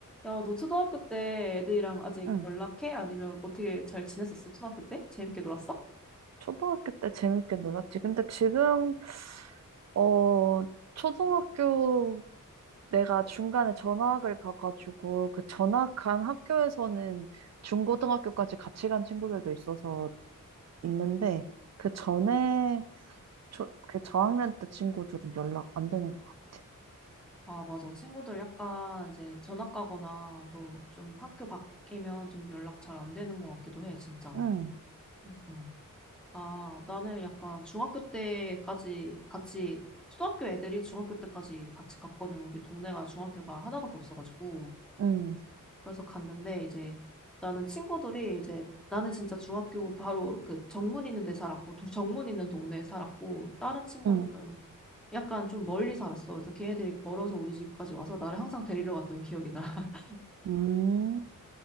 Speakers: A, in the centre; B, on the right.
A: 야, 너 초등학교 때 애들이랑 아직
B: 응.
A: 연락해? 아니면 어떻게 잘 지냈었어? 초등학교 때? 재밌게 놀았어?
B: 초등학교 때 재밌게 놀았지. 근데 지금, 어, 초등학교 내가 중간에 전학을 가가지고 그 전학한 학교에서는 중고등학교까지 같이 간 친구들도 있어서 있는데 그 전에 초, 그 저학년 때 친구들은 연락 안 되는 것 같아.
A: 아, 맞아. 친구들 약간 이제 전학 가거나 또 좀 학교 바뀌면 좀 연락 잘 안 되는 것 같기도 해, 진짜.
B: 응,
A: 응, 응. 아, 나는 약간 중학교 때까지 같이, 초등학교 애들이 중학교 때까지 같이 갔거든. 우리 동네가 중학교가 하나밖에 없어가지고.
B: 응,
A: 그래서 갔는데 이제 나는 친구들이 이제 나는 진짜 중학교 바로 그 정문 있는 데 살았고 도- 정문 있는 동네에 살았고 다른 친구들은
B: 응.
A: 약간 좀 멀리 살았어. 그래서 걔네들이 걸어서 우리 집까지 와서 나를 항상 데리러 갔던 기억이 나. <laughs>
B: 음,